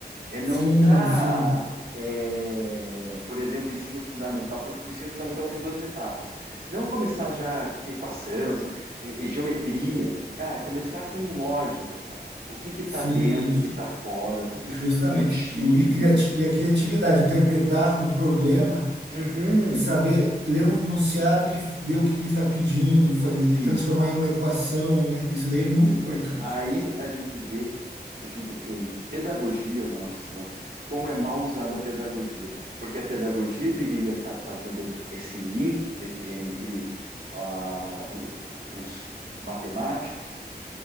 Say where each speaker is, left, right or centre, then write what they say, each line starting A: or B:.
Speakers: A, on the right; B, on the right.
A: É não
B: Sim,
A: entrar,
B: sim,
A: é, por exemplo, ensino fundamental, porque o ensino fundamental tem duas etapas. Não começar já com equação, eh, eh, geometria, cara, começar com lógica, cara. O que que tá
B: sim,
A: dentro, o que tá fora, o que que
B: justamente.
A: é contido.
B: E, criati e a criatividade, interpretar um problema
A: Uhum,
B: e saber ler um enunciado e ver o que, que ele está pedindo, fa-
A: sim.
B: transformar em uma equação, né? Isso daí é muito
A: O-
B: importante.
A: Aí a gente vê que a gente tem pedagogia na nossa, na- como é mal usada a pedagogia, porque a pedagogia deveria estar fazendo esse link e- é, entre ah, o- o- os matemáticos